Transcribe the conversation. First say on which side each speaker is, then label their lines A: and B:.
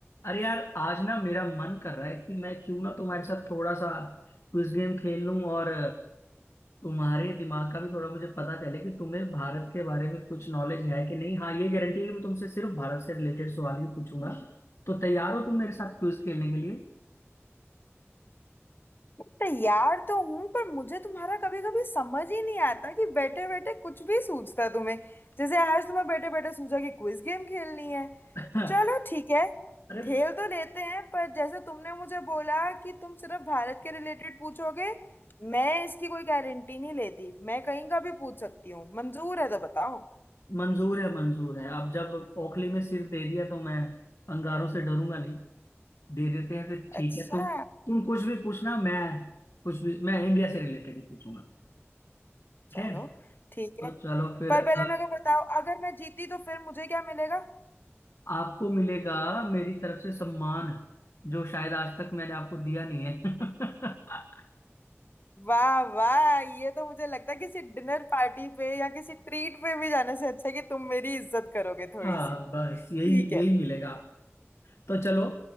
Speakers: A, on the left (about 75°); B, on the left (about 45°).
A: अरे यार आज ना मेरा मन कर रहा है कि मैं क्यों ना तुम्हारे साथ थोड़ा सा क्विज गेम खेल लूं और तुम्हारे दिमाग का भी थोड़ा मुझे पता चले कि तुम्हें भारत के बारे में कुछ नॉलेज है कि नहीं हाँ ये गारंटी है कि मैं तुमसे सिर्फ भारत से रिलेटेड सवाल ही पूछूंगा तो तैयार हो तुम मेरे साथ क्विज खेलने के लिए
B: तैयार तो हूं पर मुझे तुम्हारा कभी कभी समझ ही नहीं आता कि बैठे बैठे कुछ भी सूझता है तुम्हें जैसे आज तुम्हें बैठे बैठे सूझा कि क्विज गेम खेलनी है
A: <laughs>
B: चलो ठीक है
A: अरे
B: खेल तो लेते हैं पर जैसे तुमने मुझे बोला कि तुम सिर्फ भारत के रिलेटेड पूछोगे मैं इसकी कोई गारंटी नहीं लेती मैं कहीं का भी पूछ सकती हूँ मंजूर है तो बताओ
A: मंजूर है मंजूर है अब जब ओखली में सिर दे दिया तो मैं अंगारों से डरूंगा नहीं दे देते हैं फिर ठीक
B: अच्छा
A: है तुम तुम कुछ भी पूछना मैं कुछ भी मैं इंडिया से रिलेटेड ही पूछूंगा
B: चलो
A: ठीक है
B: ठीक
A: तो
B: है
A: चलो फिर
B: पर
A: अ,
B: पहले मेरे को बताओ अगर मैं जीती तो फिर मुझे क्या मिलेगा
A: आपको मिलेगा मेरी तरफ से सम्मान जो शायद आज तक मैंने आपको दिया नहीं है <laughs>
B: वाह वाह ये तो मुझे लगता है किसी डिनर पार्टी पे या किसी ट्रीट पे भी जाने से अच्छा है कि तुम मेरी इज्जत करोगे थोड़ी
A: हाँ
B: सी
A: बस
B: ठीक
A: यही
B: है
A: यही मिलेगा तो चलो